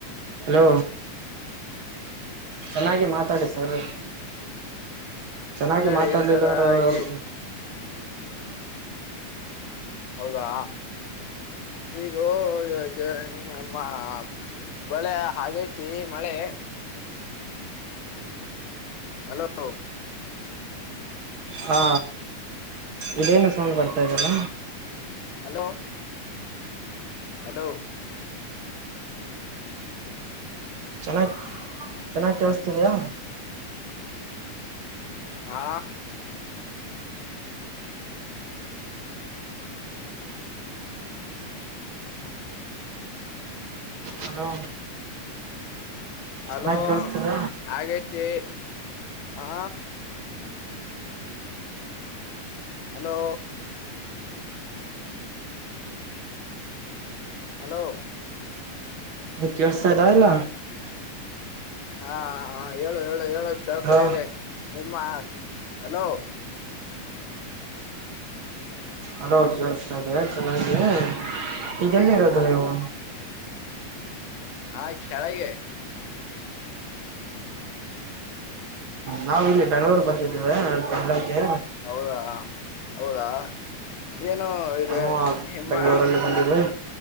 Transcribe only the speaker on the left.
ಇಲ್ಲ
ರೀ ಸರ
ಈ ಹೌದಾ ಈಗಮ್ಮ. <unintelligible> ಬಳೆ ಹಾಗೈತಿ ಮಳೆ. ಹಲೋ.
ಹಲೋ. ಹಲೋ.
ಹಾ.
ಅಲೋ
ಹಾಗೈತಿ ಹ. ಹಲೋ. ಹಲೋ.
ಹಾ ಹೇಳು ಹೇಳು ಹೇಳು ಕೆಳ್ಸ
ಇದೆ ನಿಮ್ಮ ಅಲೋ. <unintelligible>
ಹಾ ಕೆಳಗೆ.
ಹೌದಾ ಹೌದಾ ಏನು ಇದ
<unintelligible>